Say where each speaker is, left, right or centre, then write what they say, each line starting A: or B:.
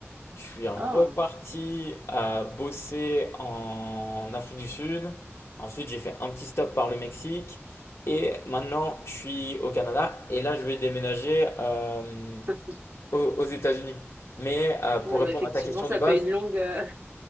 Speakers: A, on the left; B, on the right.
A: je suis reparti
B: Ah.
A: euh, bosser en Afrique du Sud. Ensuite, j'ai fait un petit stop par le Mexique et maintenant je suis au Canada et là je vais déménager euh,
B: <laughs>
A: aux aux États-Unis. Mais euh, pour
B: Ouais,
A: répondre
B: bah effectivement,
A: à ta question
B: ça
A: de base,
B: fait une longue. euh,